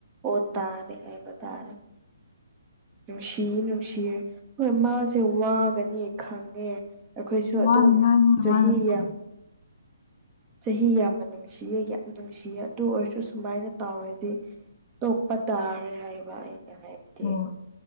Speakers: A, on the right; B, on the left.
A: ꯑꯣꯠ ꯇꯥꯔꯦ ꯍꯥꯏꯕ ꯇꯥꯔꯦ ꯅꯨꯡꯁꯤ ꯅꯨꯡꯁꯤꯌꯦ ꯍꯣꯏ ꯃꯥꯁꯦ ꯋꯥꯒꯅꯤ ꯈꯪꯉꯦ ꯑꯩꯈꯣꯏꯁꯨ
B: ꯋꯥꯅꯤꯡꯉꯥꯏꯅꯤ
A: ꯑꯗꯨꯝ ꯆꯍꯤ
B: ꯃꯥꯅ
A: ꯌꯥꯝ ꯆꯍꯤ ꯌꯥꯝꯅ ꯅꯨꯡꯁꯤꯌꯦ ꯌꯥꯝ ꯅꯨꯡꯁꯤꯌꯦ ꯑꯗꯨ ꯑꯣꯏꯔꯁꯨ ꯁꯨꯃꯥꯏꯅ ꯇꯧꯔꯗꯤ ꯇꯣꯛꯄ ꯇꯥꯔꯦ ꯍꯥꯏꯕ ꯑꯩꯅ ꯍꯥꯏꯕꯗꯤ
B: ꯍꯣꯏ